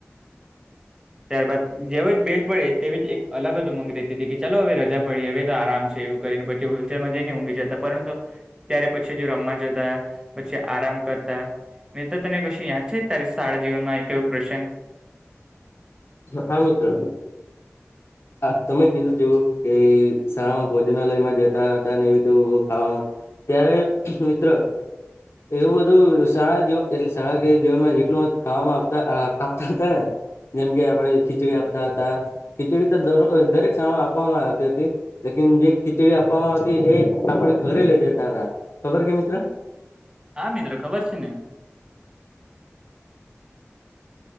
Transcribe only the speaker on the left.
હા મિત્ર. હા તમે કીધું તેવું કે શમાં ભોજનાલયમાં જતા હતા ને એવું ખાવામાં ત્યારે મિત્ર એવું બધું શાળા જીવન એટલે શાળા જીવનમાં જેટલું મત ખાવામાંતા આપતા હતા ને જેમ કે આપડે ખીચડી આપતા હતા, ખીચડી તો દ દરેક શાળામાં આપવામાં આવતી હતી. લેકિન જે ખીચડી આપવામાં આવતી એ આપડે ઘરે લઇ જતા હતા, ખબર કે મિત્ર?